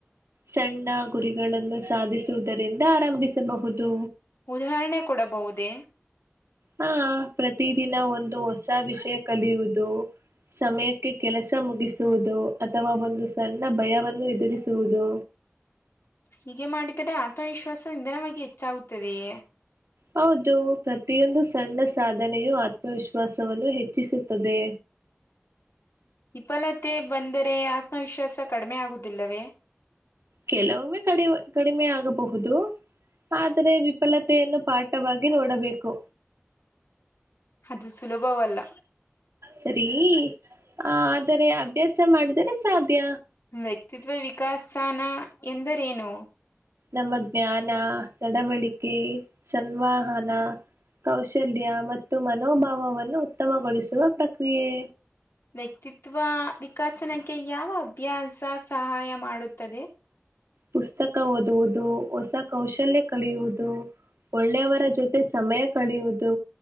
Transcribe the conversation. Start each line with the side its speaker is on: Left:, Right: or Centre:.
Right: ಸಣ್ಣ ಗುರಿಗಳನ್ನು ಸಾಧಿಸುವುದರಿಂದ ಆರಂಭಿಸಬಹುದು.
Left: ಉದಾಹರಣೆ ಕೊಡಬಹುದೇ.
Right: ಹಾ ಪ್ರತಿದಿನ ಒಂದು ಹೊಸ ವಿಷಯ ಕಲಿಯುವುದು. ಸಮಯಕ್ಕೆ ಕೆಲಸ ಮುಗಿಸುವುದು ಅಥವಾ ಒಂದು ಸಣ್ಣ ಭಯವನ್ನು ಎದುರಿಸುವುದು.
Left: ಹೀಗೆ ಮಾಡಿದರೆ ಆತ್ಮವಿಶ್ವಾಸ ನಿಧಾನವಾಗಿ ಹೆಚ್ಚಾಗುತ್ತದೆಯೇ.
Right: ಹೌದು ಪ್ರತಿಯೊಂದು ಸಣ್ಣ ಸಾಧನೆಯು ಆತ್ಮವಿಶ್ವಾಸವನ್ನು ಹೆಚ್ಚಿಸುತ್ತದೆ.
Left: ವಿಪಲತೆ ಬಂದರೆ ಆತ್ಮವಿಶ್ವಾಸ ಕಡಿಮೆ ಆಗುವುದಿಲ್ಲವೇ..
Right: ಕೆಲವೊಮ್ಮೆ ಕಡಿ ಕಡಿಮೆಯಾಗಬಹುದು ಆದರೆ ವಿಫಲತೆಯನ್ನು. ಪಾಠ. ವಾಗಿ ನೋಡಬೇಕು.
Left: ಅದು ಸುಲಭವಲ್ಲ.
Right: ಸರಿ ಆದರೆ ಅಭ್ಯಾಸ ಮಾಡಿದರೆ ಸಾಧ್ಯ.
Left: ವ್ಯಕ್ತಿತ್ವ ವಿಕಾಸಾನ ಎಂದರೇನು?
Right: ನಮ್ಮ ಜ್ಞಾನ ನಡವಳಿಕೆ ಸಂವಾಹನ. ಕೌಶಲ್ಯ ಮತ್ತು ಮನೋಭಾವವನ್ನು ಉತ್ತಮಗೊಳಿಸುವ ಪ್ರಕ್ರಿಯೆ.
Left: ವ್ಯಕ್ತಿತ್ವ ವಿಕಾಸನಕ್ಕೆ ಯಾವ ಅಭ್ಯಾಸ ಸಹಾಯ ಮಾಡುತ್ತದೆ.
Right: ಪುಸ್ತಕ ಓದುವುದು, ಹೊಸ ಕೌಶಲ್ಯ ಕಳಿಯುವುದು. ಒಳ್ಳೆಯವರ ಜೊತೆ ಸಮಯ ಕಳಿಯುವುದು.